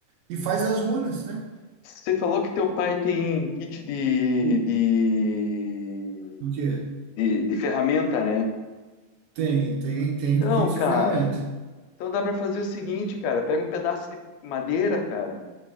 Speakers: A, on the right; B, on the left.
A: e faz as runas, né?
B: Você falou que teu pai tem kit de, de,
A: Porque
B: de, de ferramenta, né?
A: Tem, tem, tem
B: Então,
A: kit de
B: cara,
A: ferramenta.
B: então dá para fazer o seguinte, cara, pega um pedaço de madeira, cara,